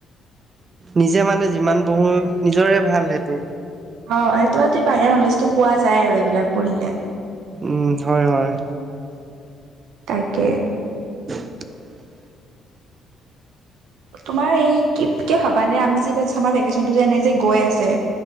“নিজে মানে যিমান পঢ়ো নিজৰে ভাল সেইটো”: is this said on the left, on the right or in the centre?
Right